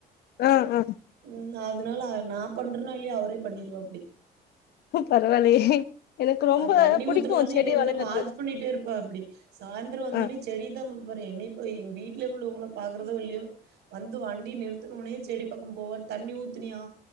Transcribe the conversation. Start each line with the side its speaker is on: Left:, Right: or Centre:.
Left: ஆ ஆ
Right: ம் அதனால அத நா பண்றேனோ இல்லயோ அவரே பண்ணிருவாப்டி
Left: பரவாயில்லயே எனக்கு ரொம்ப
Right: அது தண்ணி
Left: புடிக்கு
Right: ஊத்துனாலு
Left: செடி
Right: என்னய வேணா
Left: வளக்கறது
Right: வாட்ச் பண்ணிட்டே இருப்பாப்டி சாய்ந்தரோ வந்த
Left: ஆ
Right: ஒன்னே செடியதா பாப்பாரு என்னய பா எங்க வீட்ல உள்ளவங்கள பாக்குறதோ இல்லையோ வந்து வண்டி நிறுத்துன ஒன்னயே செடி பக்கம் போவார் தண்ணி ஊத்துனியா